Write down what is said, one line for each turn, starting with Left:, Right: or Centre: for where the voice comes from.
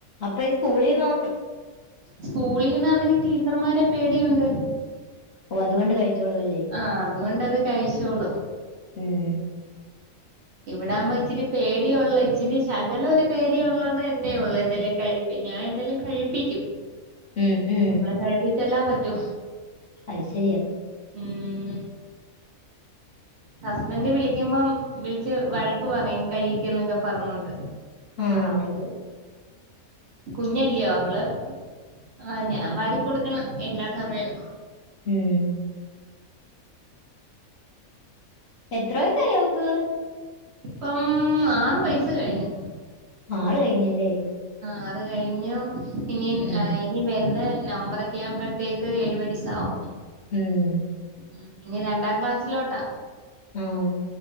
Left: അപ്പ ഈ സ്കൂളിന്നോ
Right: സ്കൂളിൽന്നാണെങ്കി ടീച്ചർമാരെ പേടിയുണ്ട്
Left: ഓ അതുകൊണ്ട് കഴിച്ചോളൂ ല്ലേ
Right: ആ അതുകൊണ്ടത് കഴിച്ചോളും
Left: ഉം
Right: ഇവിടാകുമ്പോ ഇച്ചിരി പേടിയൊള്ള ഇച്ചിരി ശകലം ഒരു പേടിയൊള്ളത് എന്നെയേ ഉള്ളൂ എന്തെലും കഴിപ്പ് പ്പ ഞാൻ എന്തായാലും കഴിപ്പിക്കും
Left: ഉം ഉം
Right: നമ്മളെ കഴിപ്പിച്ചല്ലാ പറ്റു
Left: അയ് ശെരിയാ
Right: ഉം ഹസ്ബൻഡ് വിളിക്കുമ്പം വിളിച്ച് വഴക്ക് പറയും കഴിക്ക്‌ ന്നൊക്കെ പറഞ്ഞിട്ട്
Left: ആഹ്
Right: അവര് കുഞ്ഞല്ല്യ അവള് ആഹ് ഞാൻ വാരി കൊടുക്കണം എല്ലാ സമയവും
Left: ഉം എത്ര വയസായി അവക്ക്?
Right: ഇപ്പം ആറു വയസ് കഴിഞ്ഞ്
Left: ആറ് കഴിഞ്ഞല്ലേ
Right: ആറ് കഴിഞ്ഞു ഇനീം
Left: ഉം
Right: ഏ ഇനി വരുന്ന നവംബറൊക്കെ ആകുമ്പോഴത്തേക്ക് ഏഴു വയസാവും
Left: ഉം
Right: ഉം ഇനി രണ്ടാം ക്ലാസ്സിലോട്ടാ
Left: ആഹ്